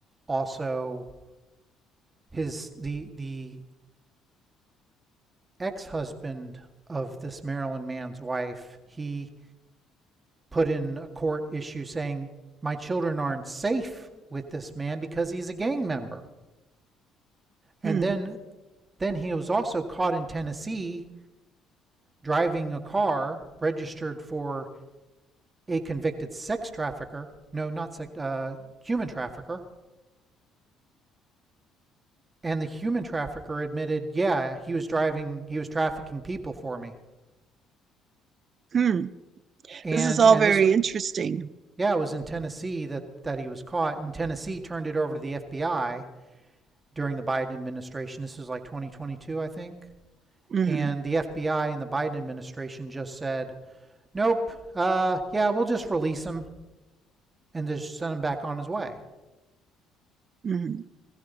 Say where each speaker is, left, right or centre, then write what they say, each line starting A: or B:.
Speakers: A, on the right; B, on the right.
A: also his the the ex husband of this Maryland man's wife. He put in a court issue saying, my children aren't safe with this man because he's a gang member. And
B: hmm
A: then, then he was also caught in Tennessee driving a car registered for a convicted sex trafficker. No, not sex, uh, human trafficker. And the human trafficker admitted, yeah, he was driving, he was trafficking people for me.
B: hmm.
A: And
B: This is all
A: and
B: very
A: this was,
B: interesting.
A: yeah, it was in Tennessee that that he was caught. And Tennessee turned it over to the FBI during the Biden administration. This is like 2022, I think.
B: hmm
A: And the FBI and the Biden administration just said, nope, uh, yeah, we'll just release him and just send him back on his way.
B: hmm